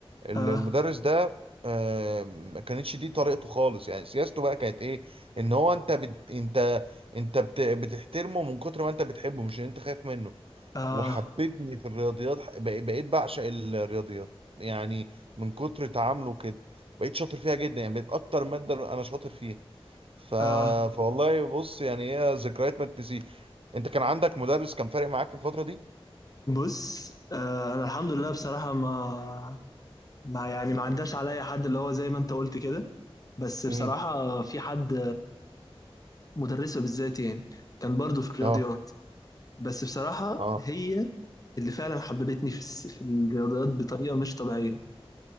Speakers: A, on the right; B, on the left.
A: ال-
B: اه
A: المدرس ده آه، ما كانتش دي طريقته خالص يعني سياسته بقى كانت ايه ان هو انت بت... انت انت بت... بتحترمه من كتر ما انت بتحبه مش ان انت خايف منه
B: اه
A: وحببني في الرياضيات ح- بق- بقيت بعشق الرياضيات يعني من كتر تعامله كده بقيت شاطر فيها جدا يعني بقيت اكتر مادة انا شاطر فيها ف...
B: اه
A: فوالله بص يعني هي ذكريات ما تنسي انت كان عندك مدرس كان فارق معاك في الفترة دي؟
B: بص آه انا الحمد لله بصراحه ما ما يعني ما عداش عليا حد اللي هو زي ما انت قلت كده بس بصراحه
A: امم
B: في حد مدرسه بالذات يعني كان برضو في الرياضيات
A: اه
B: بس بصراحه
A: اه
B: هي اللي فعلا حببتني في الس- في الرياضيات بطريقه مش طبيعيه